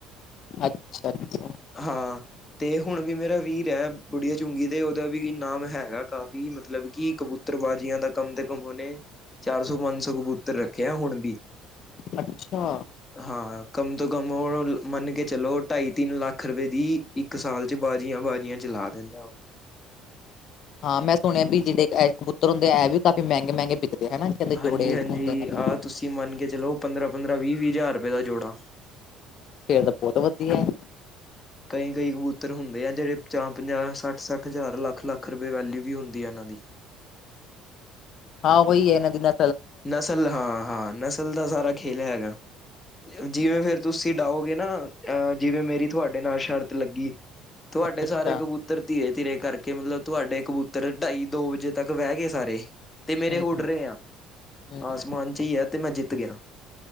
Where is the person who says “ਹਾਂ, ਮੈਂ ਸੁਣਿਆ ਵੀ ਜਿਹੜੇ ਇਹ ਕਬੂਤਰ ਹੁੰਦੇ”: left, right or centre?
Left